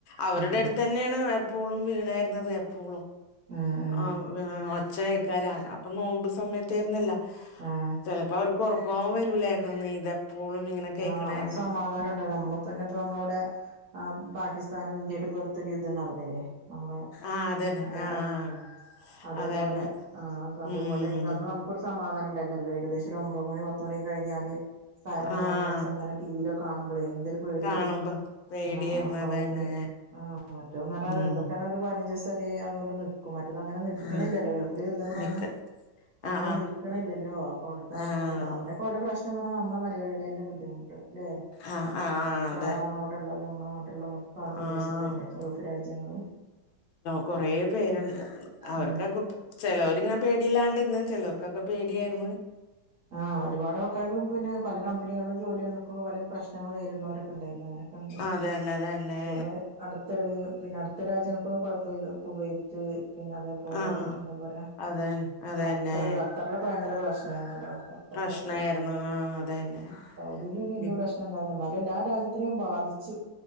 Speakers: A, on the left (about 85°); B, on the right (about 50°).
A: അവരുടെ
B: ഉം
A: അടുത്ത്. ന്നെണ് എപ്പോഴും വീണേരുന്നത് എപ്പോഴും.
B: ഉം ഉം.
A: ആഹ്
B: ഉം
A: ഒച്ചക്കാര അപ്പൊ നോമ്പ് സമയത്തരുന്നല്ലോ
B: ആഹ്
A: ചെലപ്പോ അവർക്ക്. ഇക്കോറൊക്കോം വരൂലായിരുന്നുന്ന് നിത പ്പോളും ഇങ്ങനെ. കേക്കണായിരുന്നു
B: ആഹ് ഒരു സമാധാനം ഇണ്ട നമ്മളിപ്പന്നെ ഇപ്പ നമ്മളവടെ. ആഹ് പാകിസ്ഥാനും ഇന്ത്യായിട്ട് പൊറൊത്തൊരു യുദ്ധം നടന്നില്ലേ. നമ്മളെ
A: ആഹ് അതനെ
B: ഇതെവിടെ
A: ആഹ് ആഹ്.
B: അതേപോലെ
A: അതന്നെ
B: ആഹ് അത്പോലെക്കന്ന്
A: ഉം
B: നമുക്കൊ സമാധാനണ്ടായിരുന്നല്ലോ ഏകദേശം ഒരു ഒമ്പത് മണി പത്തുമണി കഴിഞ്ഞാല് സയ്റം
A: ആഹ്
B: മൊഴ ണൊച്ച ഇങ്ങനെ ടിവിലൊക്കെ കാണുമ്പളേ എന്തൊരു പേട്യേരുന്നു.
A: കാണുമ്പോ പേടിയായിരുന്നു
B: ആഹ് അപ്പൊ
A: അതന്നെ
B: അത് ആഹ് മറ്റോന്ന റഞ്ഞ
A: ഉം
B: ഇതൊക്കെ ഒരു പതിനഞ്ചുസല്ലേ അതോണ്ട്. നിക്കും മറ്റത് അങ്ങനെ നിൽക്കി
A: ഉം,
B: ണില്ലല്ലോ ഗൾഫില് യുദ്ധങ്ങളൊന്നും.
A: മിക്ക
B: അങ്ങനെ
A: ആഹ്
B: നിൽക്കണില്ലല്ലോ അപ്പൊ അവിടുത്തെ ആൾക്കാര്.
A: ആഹ് ആഹ്
B: ഇപ്പൊ വല്ല പ്രശ്നം വന്നാ അമ്മളെ മലയാളികളെന്നെ ബുദ്ധിമുട്ട് ല്ലെ
A: ആഹ് ആഹ് ആഹ്
B: എത്ര
A: അതെ
B: ആളാണ്. ഇള്ളത് നമ്മളെ നാട്ടിലുള്ള മൊത്താളും വിദേശത്തല്ലേ
A: ആഹ്
B: ഗൾഫ് രാജ്യങ്ങളില്.
A: കൊറേ പേരു അവർക്കൊക്കെ
B: ഉം
A: ചിലവർങ്ങനെ പേടില്ലാണ്ട്ന്ന് ചിലർ. ക്കൊക്കെ പേഡ്യാരുന്നു.
B: ആഹ് ഒരുപാട് ആൾക്കാരും പിന്നെ പല കമ്പിനേളിലും ജോലി ഉണ്ടക്ക പല പ്രശ്നങ്ങൾ നേരിടുന്നോര് ണ്ട് ഞനെക്കെണ്ട്
A: അതന്നെ അതന്നെ
B: ചെലെ അടുത്തരാജ്യ പിന്നെ അടുത്ത രാജ്യങ്ങൾക്കൊഴപ്പൊന്നു പോയിറ്റ് പിന്നെ അതേപോലെ
A: ആഹ്
B: എന്താ പറ
A: അതന്നെ അതന്നെ
B: കത്തറ്ല. ളൊക്കെ ഭയങ്കരരു വെഷ്മായിുന്നല്ലോ. അപ്പൊളൊക്കെ
A: പ്രശ്നായിരുന്നു ആഹ് അതന്നെ
B: സൗദില് പിന്നെ വല്യേ
A: ഇപ്പ
B: പ്രശ്നണ്ട എല്ലാ രാജ്യത്തിനും ബാധിച്ചു.